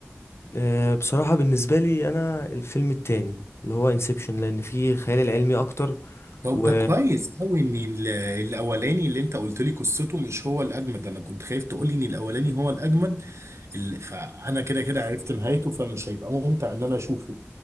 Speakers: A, on the left (about 65°); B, on the right (about 80°).
A: آه، بصراحة بالنسبة لي انا الفيلم التاني اللي هو انسبشن لان فيه خيال العلمي اكتر
B: طب
A: و
B: ده كويس قوي ان ال- الاولاني اللي انت قلت لي قصته مش هو الاجمد انا كنت خايف تقول لي ان الاولاني هو الاجمد ال- فانا كده كده عرفت نهايته فمش هيبقى ممتع ان انا اشوفه